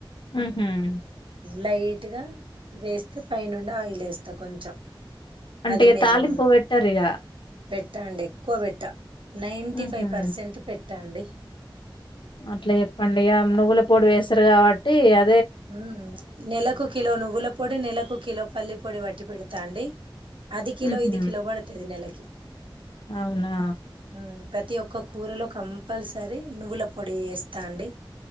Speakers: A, on the left; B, on the right.
A: ఆహమ్
B: లైట్గా వేస్తే పైనండి ఆయిల్ వేస్తా కొంచెం
A: అంటే
B: అది
A: ఇ
B: మేము
A: తళింపు పెట్టారు ఇక
B: పెట్టండి ఎక్కువ పెట్ట నైన్ంటీ
A: హుహు.
B: ఫైవ్ పర్సెంట్ పెట్టండి
A: అట్లా చెప్పండి ఇక నువ్వుల పొడి వేస్తారు కాబట్టి అ
B: హ నెలక కిలో నువవుల పొడి నెలక కిలో పల్లీ పొడి వటి పడత తాండడి అది కిలో
A: హుహు.
B: ఇది కిలో పడుతుంది నెలకి
A: అవునా
B: ఉమ్ ప్రతి ఒక్క కూరలో కంపల్సరీ నువ్వుల పొడి వేస్తాండి